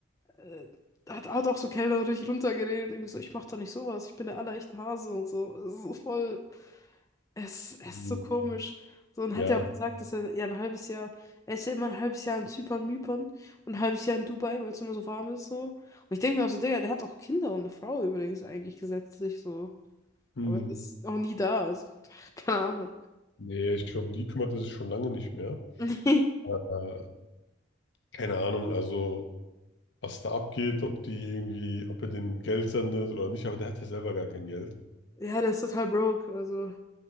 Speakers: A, on the left; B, on the left.
A: äh, hat, hat auch so kellnerisch runtergeredet. Irgendwie so, ich mach doch nicht sowas, ich bin der allerechte Hase und so. So voll. Es, es
B: Hm,
A: ist so komisch. So, und
B: Ja,
A: hat er auch gesagt, dass er ja ein halbes Jahr, er ist ja immer ein halbes Jahr in Zypern, Mypern und ein halbes Jahr in Dubai, weil es immer so warm ist, so. Und ich denke mir auch so, Digga, der hat auch Kinder und eine Frau übrigens eigentlich gesetzlich, so.
B: hm,
A: Aber er ist auch nie da, also, <laughs> keine Ahnung.
B: nee, ich glaube, um die kümmert er sich schon lange nicht mehr.
A: <laughs>
B: Äh, keine Ahnung, also. was da abgeht, ob die irgendwie, ob er denen Geld sendet oder nicht, aber der hat ja selber gar kein Geld.
A: Ja, der ist total broke, also.